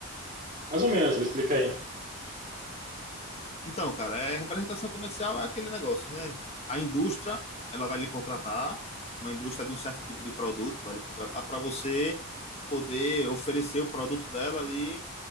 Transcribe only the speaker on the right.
Mais ou menos, me explica aí.